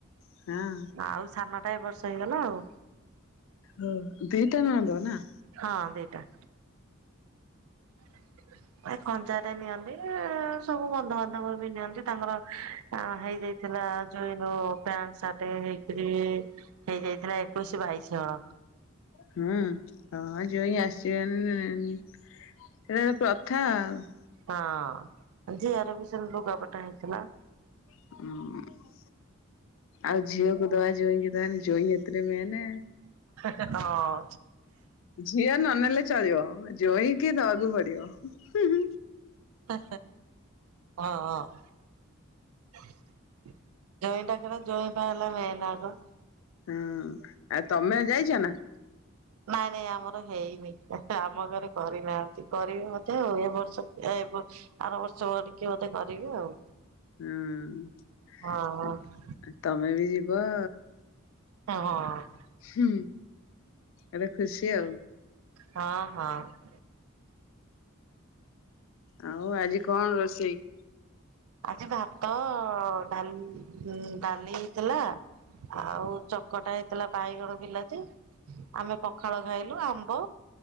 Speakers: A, on the left; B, on the right.
A: ହଁ।
B: ଆଉ ସାନଟା ଏ ବର୍ଷ ହେଇଗଲା ଆଉ।
A: ହ ଦିଟା ନଣନ୍ଦ ନା?
B: ହଁ ଦିଟା। <inaudible> ଏ କନ୍ଜାଟେ ନିଅନ୍ତି ସବୁ ବନ୍ଧୁବାନ୍ଧବ ବି ନିଅନ୍ତି ତାଙ୍କର ହେଇଯାଇ ଥିଲା ଜୋଇଁ <unintelligible> ପ୍ୟାଣ୍ଟ ଶାର୍ଟ ହେଇକିରି ହେଇଯାଇଥିଲା ଏକୋଇଶି ବାଇଶି ହଳ।
A: ହୁଁ ହଁ ଜୋଇଁ ଆସି ଟେନ୍ <unintelligible> ସେଟା ଗୋଟେ ପ୍ରଥା ଆଉ।
B: ହଁ ଝିଅର ବି ସେମି ଲୁଗାପଟା ହେଇଥିଲା।
A: <inaudible> ଆଉ ଝିଅକୁ ଦବା ଜୋଇଁ କି ଦବାନି ଜୋଇଁ ଏଥିରେ ମେନେ।
B: ହଁ ହଁ।
A: ଝିଅ ନନେଲେ ଚଳିବ। ଜୋଇଁକି ଦବାକୁ ପଡ଼ିବ ହୁଁ, ହୁଁ।
B: ହଁ, ହଁ। ଜୋଇଁ ଡାକରା ଜୋଇଁ ପା ହେଲା ମେନ୍ ଆଗ।
A: ହୁଁ ଆଉ ତମେ ଯାଇଛ ନା?
B: ନାଇଁ, ନାଇଁ ଆମର ହେଇନି ଆମ ଘରେ କରିନାହାନ୍ତି କରିବେ ବଧେ ଆଉ ଏ ବର୍ଷ। ଏ ବ ଆର ବର୍ଷ ବଡିକି ମତେ କରିବେ ଆଉ।
A: ହୁଁ
B: ହଁ
A: ତମେ ବି ଯିବ।
B: ହଁ।
A: ହୁଁ ଏବେ ଖୁସି ଆଉ।
B: ହଁ, ହଁ।
A: ଆଉ ଆଜି କଣ ରୋଷେଇ?
B: ଆଜି ଭାତ ଡାଲ୍, ଡାଲି ହେଇଥିଲା। ଆଉ ଚକଟା ହେଇଥିଲା ବାଇଗଣ ବିଲାତି। ଆମେ ପଖାଳ ଖାଇଲୁ ଆମ୍ବ।